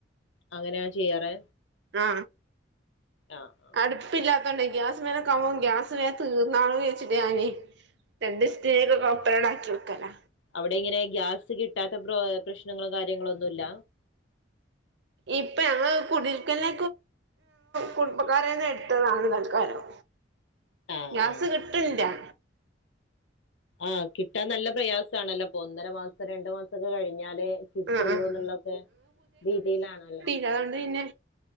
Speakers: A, on the left; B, on the right.
A: അങ്ങനെ ചെയ്യാറ്
B: ആ
A: ആ ആ
B: അട്ത് പ്പില്ലാത്തോണ്ട് ഗ്യാസ് മലെക്കെവുമ്പോ ഗ്യാസ് വേം തീർന്നാൽ വെച്ചിട്ട് ഞാൻ രണ്ടീസത്തിൻ കൊപ്പെരാക്കി വെക്കലാ
A: അവ്ടെങ്ങനെ ഗ്യാസ് കിട്ടാത്ത പ്രോ പ്രശ്നങ്ങളും കാര്യങ്ങളും ഒന്നുല്ല
B: ഇപ്പം ഞങ്ങൾ കുടിയിര്ക്കൽൻ കുടുംബക്കാരന്നെ എടുത്തതാണ് തൽക്കാരം
A: <inaudible>
B: ഗ്യാസ്
A: ആ
B: കിട്ടണ്ല്ല
A: ആഹ കിട്ടാൻ നല്ല പ്രയാസാണല്ലോ പ്പൊ ഒന്നര മാസ രണ്ടു മാസൊക്കെ കഴിഞാൽ കിട്ടൊള്ളൂ
B: ആഹ് ആഹ്
A: ന്നുള്ളൊക്കെ രീതിയിലാണല്ലോ
B: റ്റാണ്ട് പിന്നെ